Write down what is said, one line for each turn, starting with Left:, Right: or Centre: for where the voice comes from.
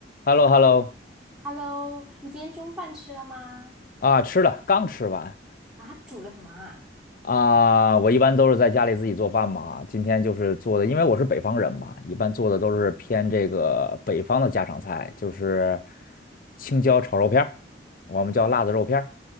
Left: h e l l o h e l l o
Centre: OK，Hello，你今天中饭吃了吗？
Left: 啊，吃了，刚吃完
Centre: 啊，煮了什么啊？
Left: 啊。我一般都是在家里自己做饭嘛，今天就是做的，因为我是北方人嘛，一般做的都是偏这个北方的家常菜，就是青椒炒肉片儿，我们叫辣子肉片儿。